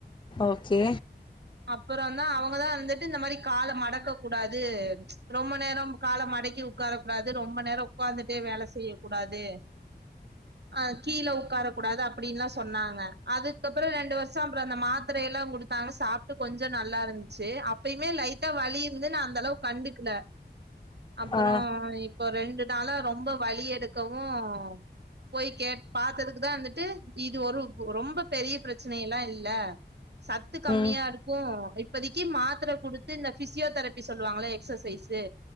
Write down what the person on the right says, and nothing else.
அப்பறான தான் அவங்கதான் இருந்துட்டு இந்த மாதிரி கால மடக்க கூடாது ரொம்ப நேரம் கால மடக்கி உக்காரக்க கூடாது ரொம்ப நேரம் உக்காந்துட்டே வேல செய்ய கூடாது ஆ கீழ உட்கார கூடாது அப்டின்னுலாம் சொன்னாங்க அதுக்கப்பறம் ரெண்டு வருஷம் அப்பறம் அந்த மாத்திரையலாம் குடுத்தாங்க சாப்பிட்டு கொஞ்சம் நல்லா இருந்துச்சு அப்யுமே லைட்டா வழி இருந்து நான அந்த அளவுக்கு கண்டுக்கல அப்றோம்
இப்போ ரெண்டு தல ரொம்ப வலி எடுத் இருக்கவும் போய் பாாத்ததுக்குதான் வந்துட்டு இது ஒரு ரொம்ப பெரிய பிரச்சனைையலா இல்ல சத்து கம்மியா
இருக்கும் இப்பதிக்கு மாத்திர குடுத்து இந்த பிசியோதெரபி சொல்லுவாங்கள எக்சஸ் சைசு